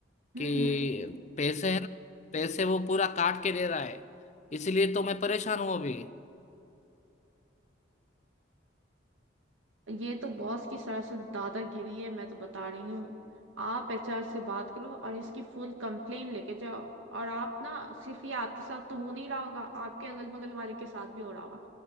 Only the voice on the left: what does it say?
कि
पैसे है ना पैसे वो पूरा काट के दे रहा है इसलिए तो मैं परेशान हूँ अभी